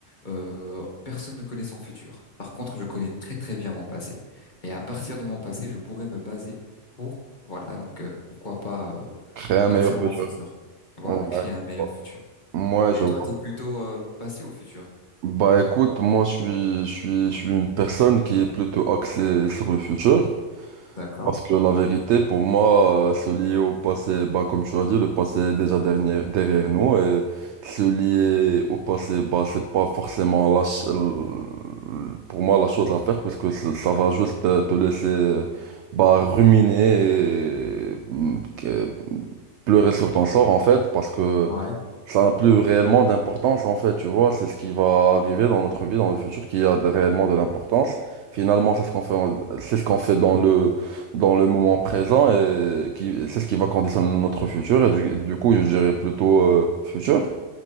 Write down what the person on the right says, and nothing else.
créer un meilleur
futur.
Ouais.
Moi, je
vois.
Bah écoute, moi je suis, je suis, je suis une personne qui est plutôt axée sur le futur.
Parce que la vérité, pour moi, euh, se lier au passé, bah, comme tu as dit, le passé est déjà dernier- derrière nous. Et se lier au passé, bah, c'est pas forcément la ch- l- pour moi la chose à faire, puisque ça ça va juste euh, te laisser euh, bah, ruminer et mm, que- pleurer sur ton sort, en fait, parce que
ça n'a plus réellement d'importance en fait, tu vois, c'est ce qui va arriver dans notre vie, dans le futur, qui a de- réellement de l'importance. Finalement, c'est ce qu'on fait, en- c'est ce qu'on fait dans le, dans le moment présent et qui, c'est ce qui va conditionner notre futur. Et du, du coup, je dirais plutôt euh, futur.